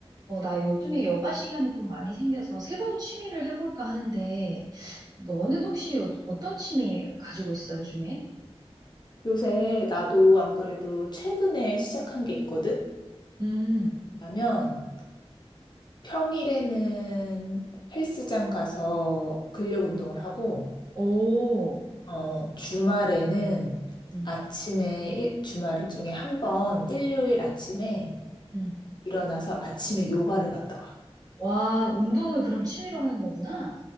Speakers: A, on the right; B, on the left.
A: 어, 나 요즘에 여가 시간이 좀 많이 생겨서 새로운 취미를 해볼까 하는데, 너는 혹시 요- 어떤 취미 가지고 있어, 요즘에?
B: 요새 나도 안 그래도 최근에 시작한 게 있거든?
A: 음,
B: 왜냐면 평일에는 헬스장 가서 근력 운동을 하고,
A: 오,
B: 어, 주말에는
A: 음,
B: 아침에, 일, 주말 중에 한 번, 일요일 아침에
A: 음,
B: 일어나서 아침에 요가를 갔다 와.
A: 와, 운동을 그럼 취미로 하는 거구나?